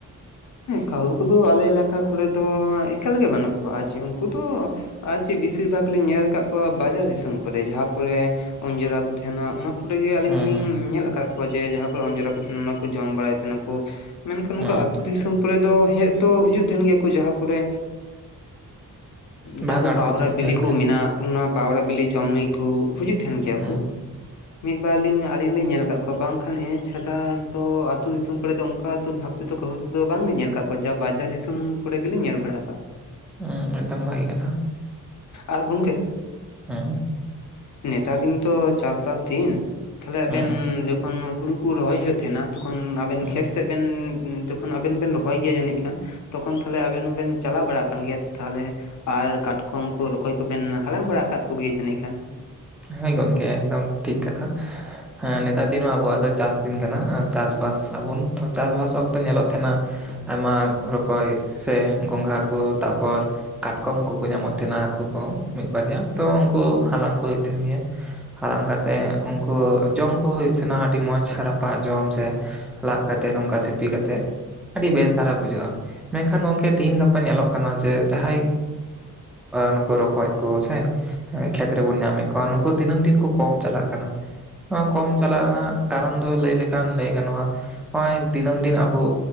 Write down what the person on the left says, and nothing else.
ᱦᱮᱸ ᱠᱟᱹᱦᱩ ᱠᱚᱫᱚ ᱟᱞᱮ ᱮᱞᱟᱠᱟ ᱠᱚᱨᱮ ᱫᱚ ᱮᱠᱟᱞᱜᱮ ᱵᱟᱹᱱᱩᱜ ᱠᱚᱣᱟ ᱾ ᱡᱮ ᱩᱱᱠᱩ ᱫᱚ ᱟᱨ ᱪᱮᱫ ᱵᱮᱥᱤᱨ ᱵᱷᱟᱜᱽ ᱞᱤᱧ ᱧᱮᱞ ᱟᱠᱟᱫ ᱠᱚᱣᱟ ᱵᱟᱡᱟᱨ ᱫᱤᱥᱚᱢ ᱠᱚᱨᱮ ᱾ ᱡᱟᱦᱟᱸ ᱠᱚᱨᱮ ᱚᱸᱡᱚᱲᱨᱟ ᱠᱚ ᱛᱟᱦᱮᱱᱟ ᱚᱱᱟ ᱠᱚ ᱠᱚ ᱨᱮᱜᱮ ᱟᱹᱞᱤᱧ
ᱞᱤᱧ ᱧᱮᱞ ᱟᱠᱟᱫ ᱠᱚᱣᱟ ᱾ ᱚᱮ ᱡᱟᱦᱟᱸ ᱠᱚᱨᱮ ᱚᱸᱡᱨᱟ ᱠᱚ ᱛᱟᱦᱮᱸᱱᱟ ᱚᱱᱟᱠᱩ ᱡᱚᱢ ᱵᱟᱲᱟᱭ ᱛᱟᱦᱮᱱᱟ ᱠᱚ ᱾ ᱢᱮᱱᱠᱷᱟᱱ ᱱᱚᱱᱠᱟ
ᱟᱹᱛᱩ ᱫᱤᱥᱚᱢ ᱠᱚᱨᱮ ᱫᱚ ᱦᱮᱡ ᱫᱚ ᱦᱤᱡᱩᱜ ᱛᱟᱦᱮᱱ ᱜᱮᱭᱟ ᱠᱚ ᱡᱟᱦᱟᱸ ᱠᱚᱨᱮ ᱡᱟᱦᱟᱸ
ᱫᱚ ᱯᱟᱣᱨᱟ
ᱵᱤᱞᱤ
ᱠᱚ
ᱢᱮᱱᱟᱜᱼᱟ, ᱚᱱᱟ ᱯᱟᱣᱨᱟ ᱵᱤᱞᱤ ᱡᱚᱢ ᱞᱟᱹᱜᱤᱫ ᱠᱚ ᱦᱤᱡᱩᱜ ᱛᱟᱦᱮᱱ ᱜᱮᱭᱟ
ᱠᱚ ᱢᱤᱫᱵᱟᱨ ᱞᱤᱧ ᱟᱹᱞᱤᱧ ᱞᱤᱧ ᱧᱮᱞ ᱟᱠᱟᱫ ᱠᱚᱣᱟ ᱵᱟᱝᱠᱷᱟᱱ ᱤᱱᱟᱹ ᱪᱷᱟᱰᱟ ᱫᱚ ᱟᱛᱳ ᱫᱤᱥᱚᱢ ᱠᱚᱨᱮ ᱫᱚ ᱚᱱᱠᱟ ᱵᱷᱟᱵ ᱛᱮᱫᱚ ᱠᱟᱹᱦᱩ ᱠᱚ ᱫᱚ ᱵᱟᱝᱞᱤᱧ ᱧᱮᱞ ᱟᱠᱟᱫ ᱠᱚᱣᱟ ᱾ ᱡᱟ ᱵᱟᱡᱟᱨ ᱫᱤᱥᱚᱢ ᱠᱚᱨᱮ ᱜᱮᱞᱤᱧ ᱧᱮᱞ ᱵᱟᱲᱟ ᱟᱠᱟᱫ ᱠᱚᱣᱟ
ᱟᱨ ᱜᱚᱝᱠᱮ
ᱱᱮᱛᱟᱨ ᱫᱤᱱ ᱛᱚ ᱪᱟᱥᱵᱟᱥ ᱫᱤᱱ ᱛᱟᱞᱦᱮ
ᱟᱵᱮᱱ ᱡᱚᱠᱷᱚᱱ ᱦᱩᱲᱩ ᱠᱚ ᱨᱚᱦᱚᱭ ᱦᱩᱭᱩᱜ ᱛᱟᱦᱮᱸᱱᱟ ᱛᱚᱠᱷᱚᱱ ᱟᱵᱮᱱ
ᱠᱷᱮᱛ ᱥᱮᱫ ᱵᱮᱱ ᱛᱚᱠᱷᱚᱱ ᱟᱵᱮᱱ ᱵᱮᱱ ᱨᱚᱦᱚᱭ ᱜᱮᱭᱟ ᱡᱟᱹᱱᱤᱡ ᱠᱷᱟᱱ ᱾ ᱛᱚᱠᱷᱚᱱ ᱛᱟᱦᱮᱞᱮ ᱟᱵᱮᱱ ᱦᱚᱸᱵᱮᱱ ᱪᱟᱞᱟᱣ ᱵᱟᱲᱟᱜ ᱠᱟᱱ ᱜᱮᱭᱟ ᱛᱟᱦᱚᱞᱮ ᱟᱨ ᱠᱟᱴᱠᱚᱢ ᱠᱚ ᱨᱚᱠᱚᱡ ᱠᱚᱵᱮᱱ ᱦᱟᱞᱟᱝ ᱵᱟᱲᱟ ᱟᱠᱟᱫ ᱠᱚᱜᱮᱭᱟ ᱡᱟᱹᱱᱤᱡ ᱠᱷᱟᱱ ᱾